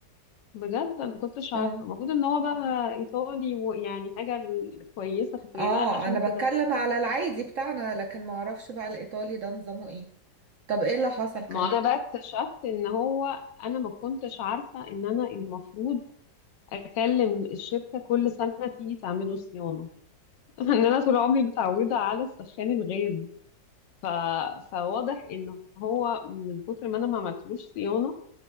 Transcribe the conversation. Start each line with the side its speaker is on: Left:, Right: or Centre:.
Left: انا ما كنتش
Right: اه
Left: عارفه المفروض ان هو بقى ايطالي ويعني حاجه ال- كويسه كنت
Right: اه
Left: جايبها عشان
Right: انا بتكلم
Left: كده
Right: على العادي بتاعنا لكن ما اعرفش بقى الايطالي ده نظامه ايه طب ايه اللي حصل كمان
Left: ما انا بقى اكتشفت ان هو انا ما كنتش عارفه ان انا المفروض اكلم الشركه كل سنه تيجي تعمله صيانه <laughs> ان انا طول عمري متعوده على السخان الغاز ف... فواضح ان هو من كتر ما انا ما عملتلوش صيانه